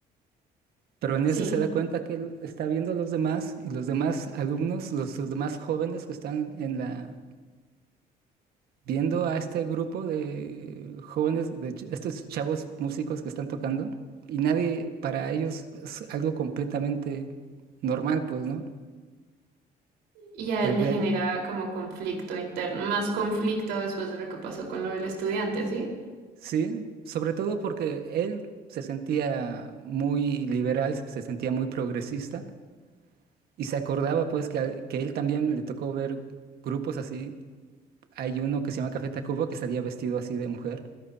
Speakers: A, on the right; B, on the right.
A: Pero en
B: sí.
A: eso se da cuenta que él está viendo a los demás y los demás alumnos, los, los demás jóvenes que están en la, viendo a este grupo de jóvenes, de ch- estos chavos músicos que están tocando, y nadie, para ellos es algo completamente normal, pues, ¿no?
B: Y a
A: El
B: él
A: ver.
B: le genera como conflicto interno, más conflicto después de lo que pasó con lo del estudiante, ¿sí?
A: Sí, sobre todo porque él se sentía muy liberal, se sentía muy progresista, y se acordaba, pues, que, a- que él también le tocó ver grupos así. Hay uno que se llama Café Tacuba que salía vestido así de mujer.